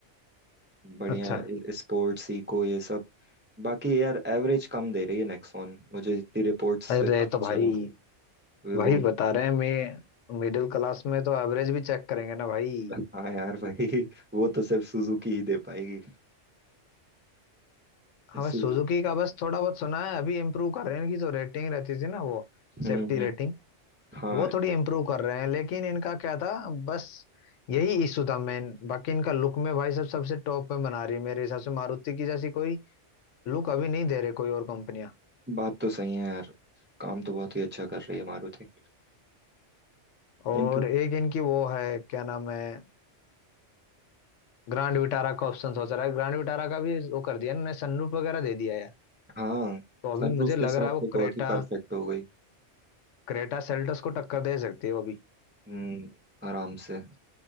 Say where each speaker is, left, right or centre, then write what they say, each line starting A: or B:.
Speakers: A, on the right; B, on the left.
A: बढ़िया
B: अच्छा
A: स्पोर्ट्स इको ये सब बाकी यार एवरेज कम दे रही है नेक्सॉन मुझे जितनी रिपोर्ट्स
B: अरे
A: से पता
B: तो भाई
A: चला वे वो
B: भाई बता रहे हैं मैं मिडिल क्लास में तो एवरेज भी चेक करेंगे ना भाई
A: <laughs> हाँ यार भाई <laughs> वो तो सिर्फ सुजुकी ही दे पाएगी
B: हमें
A: सु-
B: सुजुकी का बस थोड़ा बहुत सुना है अभी इम्प्रूव कर रहे हैं इनकी जो रेटिंग रहती थी ना वो
A: हम्म
B: सेफ्टी
A: हम्म,
B: रेटिंग
A: हाँ
B: वो थोड़ी इम्प्रूव कर रहे हैं लेकिन इनका क्या था बस यही इशू था मेन बाकी इनका लुक में भाई सब सबसे टॉप में बना रही है मेरे हिसाब से मारुति की जैसी कोई लुक अभी नहीं दे रहे कोई और कंपनियां
A: बात तो सही है यार काम तो बहुत ही अच्छा कर रही है मारुति
B: और
A: इनके
B: एक इनकी वो है क्या नाम है ग्रैंड विटारा का ऑप्शन सोच रहा है ग्रैंड विटारा का भी वो कर दिया इन्होंने सनरूफ वगैरह दे दिया यार
A: हाँ
B: तो अभी
A: सनरूफ
B: मुझे लग
A: के साथ
B: रहा
A: तो
B: है वो
A: बहुत
B: क्रेटा
A: ही परफेक्ट हो गई
B: क्रेटा सेल्टोस को टक्कर दे सकती है वो भी
A: हम्म आराम से